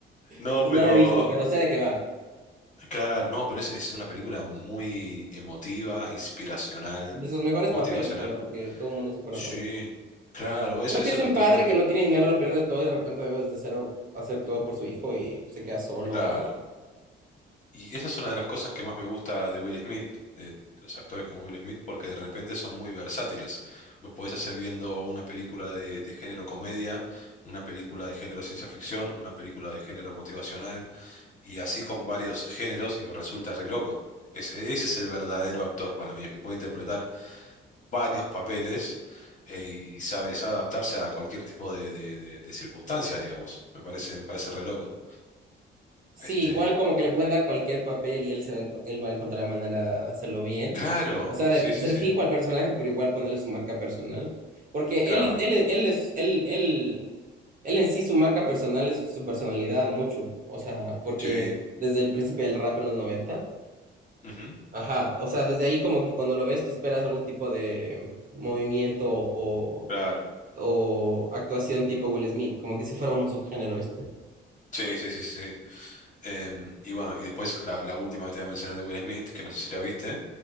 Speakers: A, on the left (about 40°); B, on the right (about 45°).
A: No,
B: Entonces,
A: pero
B: no la he visto, pero sé de qué va.
A: Claro, no, pero es, es una película muy emotiva, inspiracional,
B: De sus mejores
A: motivacional.
B: papeles, creo, porque todo el mundo se acuerda
A: Sí,
B: por él.
A: claro, eso,
B: Creo
A: eso
B: que es de
A: era
B: un
A: también
B: padre
A: lo que...
B: que no tiene dinero, lo pierde todo y de repente debe desde cero hacer todo por su hijo y se queda solo
A: Claro.
B: o algo.
A: Y esa es una de las cosas que más me gusta de Will Smith, de los actores como Will Smith, porque de repente son muy versátiles. Lo puedes hacer viendo una película de, de género comedia, una película de género ciencia ficción, una película de género motivacional, y así con varios géneros, y me resulta re loco. Es- ese es el verdadero actor para mí, el que puede interpretar varios papeles eh, y sabe, sabe adaptarse a cualquier tipo de, de- de- de circunstancia, digamos. Me parece, me parece re loco.
B: Sí,
A: Este,
B: igual como que le pueden dar cualquier papel y él, se va, a enco- él va a encontrar la manera de hacerlo bien.
A: claro,
B: O sea,
A: sí,
B: de
A: sí,
B: ser
A: sí,
B: fijo al personaje, pero igual ponerle su marca personal. Porque
A: claro,
B: él, es- él, es- él es, él, él, él en sí, su marca personal es su, su personalidad mucho. O sea, porque
A: sí,
B: desde el principio del rap en los noventa
A: ujú,
B: Ajá, o sea, desde ahí como que cuando lo ves tú esperas algún tipo de movimiento o,
A: claro,
B: o actuación tipo Will Smith, como que si fuera un subgénero, ¿viste?
A: sí, sí, sí, sí. sí. Em, y bueno, y después la, la última que te voy a mencionar de Will Smith, que no sé si la viste,